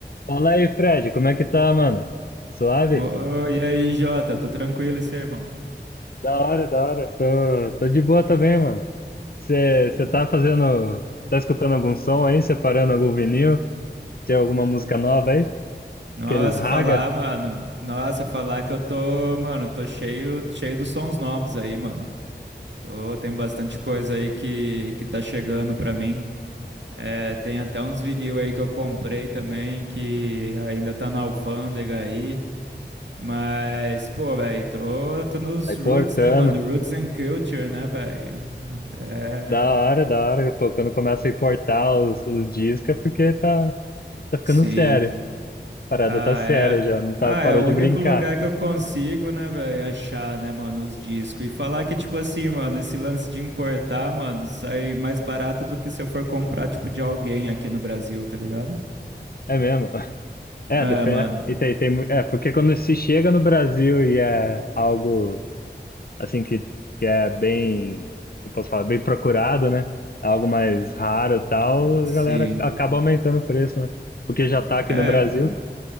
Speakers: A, on the left; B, on the right.
A: Fala aí, Fred, como é que tá, mano? Suave?
B: Oi, e aí, Jota, tô tranquilo e seu irmão?
A: Da hora, da hora. Tô, tô de boa também, mano. Você
B: Boa.
A: tá fazendo. Tá escutando algum som aí? Separando algum vinil? Tem alguma música nova aí?
B: Nossa,
A: Aqueles raga?
B: falar, mano. Nossa, falar que eu tô, mano, tô cheio, cheio dos sons novos aí, mano. Tô, tem bastante coisa aí que, que tá chegando pra mim. É, tem até uns vinil aí que eu comprei também, que ainda tá na alfândega aí. Mas, pô, velho, tô, tô nos
A: Tá importando.
B: roots, né, mano? Roots and culture, né, velho? É,
A: Da hora,
B: meio-
A: da hora. Pô, quando começa a importar os, os discos é porque tá, tá ficando
B: sim.
A: sério. A parada
B: Ah,
A: tá séria
B: é.
A: já, não tá,
B: Ah,
A: parou
B: é o
A: de
B: único
A: brincar.
B: lugar que eu consigo, né, velho, achar, né, mano, os discos. E falar que, tipo assim, mano, esse lance de importar, mano, sai mais barato do que se eu for comprar, tipo, de alguém aqui no Brasil, tá ligado?
A: É mesmo? <laughs> É,
B: É,
A: depende.
B: mano,
A: E tem, tem, mu- é, porque quando se chega no Brasil e é algo. assim, que, que é bem, eu posso falar, bem procurado, né? Algo mais raro e tal,
B: sim.
A: a galera acaba aumentando o preço, né? Porque já tá aqui
B: É.
A: no Brasil